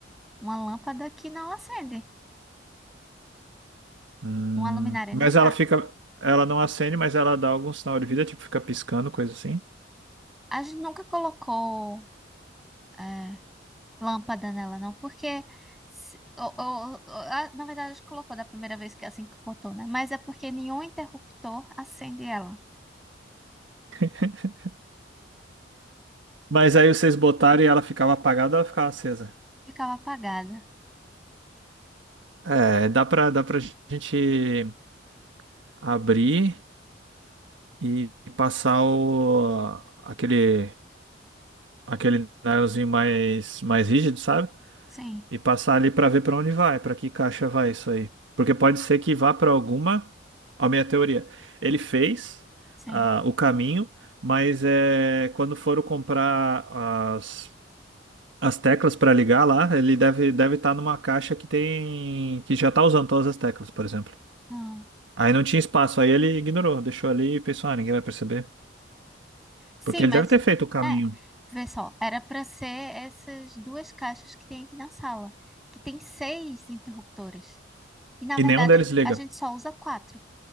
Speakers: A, in the centre; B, on the right.
A: uma lâmpada que não acende.
B: Hum,
A: Uma luminária,
B: mas
A: né? Tá.
B: ela fica. Ela não acende, mas ela dá algum sinal de vida, tipo, fica piscando, coisa assim.
A: A gente nunca colocou é, lâmpada nela, não, porque. se- o- o- o- a- na verdade, a gente colocou da primeira vez que é assim que botou, né? Mas é porque nenhum interruptor acende ela.
B: <laughs> Mas aí vocês botaram e ela ficava apagada ou ela ficava acesa?
A: Ficava apagada.
B: É, dá pra, dá pra gente abrir e, e passar o, aquele, aquele nylonzinho mais, mais rígido, sabe?
A: Sim,
B: E passar ali pra ver pra onde vai, pra que caixa vai isso aí. Porque pode ser que vá pra alguma. A minha teoria. Ele fez
A: sim.
B: ah, o caminho, mas é, quando foram comprar as, as teclas pra ligar lá, ele deve deve estar numa caixa que tem que já tá usando todas as teclas, por exemplo.
A: Ah.
B: Aí não tinha espaço, aí ele ignorou, deixou ali e pensou, ah, ninguém vai perceber.
A: Sim,
B: Porque
A: mas
B: ele deve ter feito o caminho.
A: é, vê só, era para ser essas duas caixas que tem aqui na sala, que tem seis interruptores. E na
B: E
A: verdade
B: nenhum deles liga.
A: a gente só usa quatro.